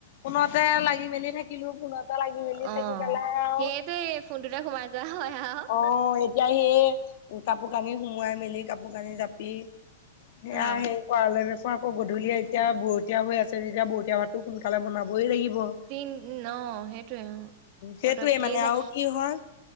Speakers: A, on the left; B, on the right.
A: ফোনতে লাগি মেলি থাকিলো ফোনতে লাগি মেলি
B: অ'
A: থাকি পেলাই আৰু
B: সেইটোৱে ফোনটোতে সোমাই যোৱা হয় আৰু।
A: অ', এতিয়া সেই কাপোৰ কানি সুমোৱাই মেলি কাপোৰ কানি জাপ পি সেয়া
B: অ'
A: সেই কোৱে নোকোৱা আক গধূলিয় এতিয়া বৰতীয়া হৈ আছে তেতিয়া বৰতীয়া ভাতো সোনকালে বনাবই লাগিব। উম,
B: দিন অ' সেইটোৱে অ' পতককে
A: সেইটোৱে মানে
B: যায়
A: আৰু কি হয়